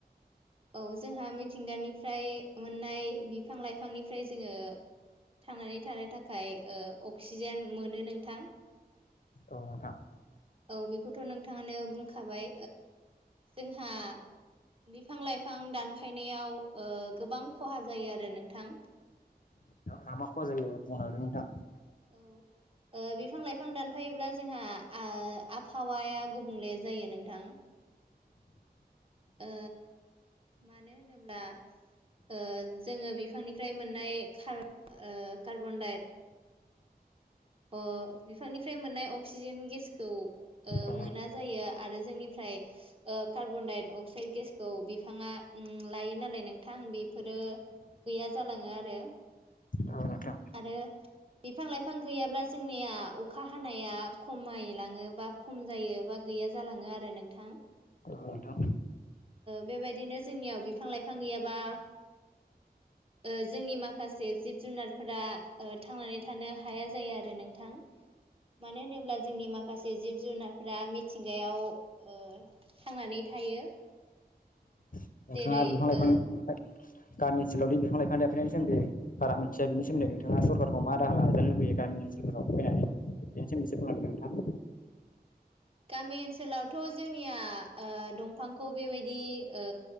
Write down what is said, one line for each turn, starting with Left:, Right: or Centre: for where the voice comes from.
Right: औ जोंहा मिथिंगानिफ्राय मोननाय बिफां लाइ बिफांनिफ्राय जोङो थांनानै थानो थाखाय ओ अक्सिजेन मोनो नोंथां।
Left: औ नोंथां।
Right: औ बेखौथ' नोंथाङानो बुंखाबाय जोंहा बिफां-लाइफां दानफायनायाव गोबां खहा जायो आरो नोंथां।
Left: मा-मा खहा जायो बुंलांदो नोंथां।
Right: औ ओ बिफां लाइफां दानफायोब्ला जोंहा ओ आबहावाया गुबुंले जायो नोंथां। ओ मानो होनोब्ला- ओ जोङो बिफांनिफ्राय मोननाय कार्बन ओ कार्बन-डाई अ बिफांनिफ्राय मोननाय अक्सिजेन गेसखौ
Left: औ
Right: मोना जायो आरो जोंनिफ्राय ओ‌ कार्बन-डाई अक्साइद गेसखौ बिफाङा उम लायो नालाय नोंथां बेफोरो गैया जायो। जालाङो आरो।
Left: औ‌ नोंथां।
Right: आरो बिफां लाइफां गैयाब्ला जोंनिया अखा हानाया खमायलाङोबा। खम जायो बा गैया जालाङो आरो नोंथां।
Left: औ‌ नोंथां।
Right: बेबायदिनो जोंनियाव बिफां लाइफां गैयाबा ओ जोंनि माखासे जिब जुनारफोरा ओ थांनानै थानो हाया जायो आरो नोंथां। मानो होनोब्ला जोंनि माखासे जिब जुनार फ्रा मिथिंगायाव उम थांनानै थायो।
Left: नोंथांया
Right: जेरै
Left: बिफां‌ लाइफांनि
Right: ओ
Left: गामि ओनोलाव दि बिफां-लाइफां दानफाइनायनि सोमोनदै बारा मोनथिया बि सोमोनदै नोंथांआ सरखारखौ मा राहा लाजानो लुबैयो गामि ओसोलाव। एबाराव‌ फैनानै बेनोसै मोनसेखौ लांदों नोंथां।
Right: गामि ओनसोलावथ' जोंनिया ओ दंफांखौ बेबायदि ओ।